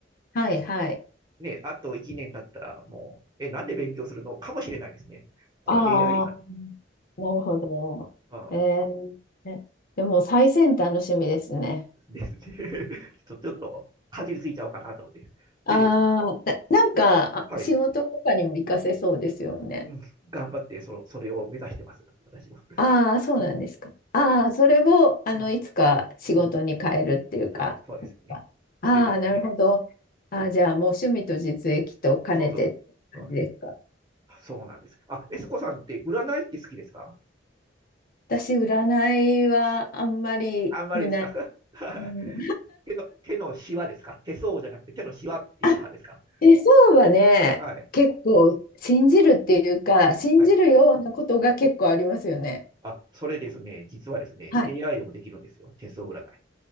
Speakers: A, on the left; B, on the right.
A: はい、はい。
B: ね、あと1年経ったら、もう、え、なんで勉強するのかもしれないですね。この
A: ああ、
B: AI が。
A: なるほど。
B: うん、
A: えー、ねでも最先端の趣味ですね。
B: ですね。<laughs> ちょっと、ちょっと、かじりついちゃおうかなと思って。でですね。
A: ああ、な、なんかあ仕事とかにも活かせそうですよね。
B: はい。うんうん頑張ってそ、それを目指してます、私も。
A: ああ、そうなんですか。
B: うん
A: ああ、それを、あの、
B: うん
A: いつか仕事に変えるっていうか。
B: うんはい、そうですね。
A: ああ、
B: でですね、
A: なるほど。ああ、じゃあ、もう趣味と実益と兼ねてって感じですか。
B: そうそう、うん、そうなんです。あ、エスコさんって占いって好きですか
A: 私、占いはあんまり見ない。
B: あんまりですか <laughs>
A: うん、
B: 手の、手のシワですか手相じゃなくて手のシワっていう派ですか
A: あ、手相はね、
B: はい。
A: 結構信じるっていうか、信じるようなことが結構ありますよね。
B: はい。あ、それですね、実はですね、
A: はい。
B: AI でもできるんですよ。手相占い。